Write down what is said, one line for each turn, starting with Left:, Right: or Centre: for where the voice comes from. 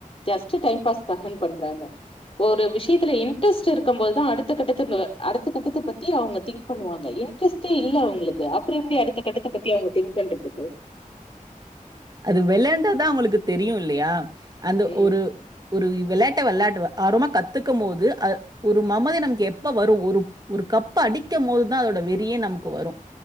Left: ஜஸ் டை பாஸ்க்காக போய் பண்றாங்க ஒரு விஷயத்துல இன்ட்ரெஸ்ட் இருக்கும் போதுதான் அடுத்த கட்டத்துக்குள்ள அடுத்த கட்டத்தை பத்தி அவுங்க திங்க் பண்ணுவாங்க இன்ட்ரெஸ்ட்டே இல்ல அவுங்களுக்கு அப்புறமே அடுத்த கட்டத்த பத்தி அவுங்க திங்க் பண்றதுக்கு
Right: அது விளையாண்டாதான் அவுங்களுக்கு தெரியும் இல்லையா அந்த
Left: ம்
Right: ஒரு ஒரு விளையாட்ட விளையாண்ட்டு ஆர்வமா கத்துக்கும் போது அ ஒரு மமதி நமக்கு எப்ப வரும் ஒரு ஒரு கப்ப அடிக்கும் போதுதான் அதோட வெறியே நமக்கு வரும்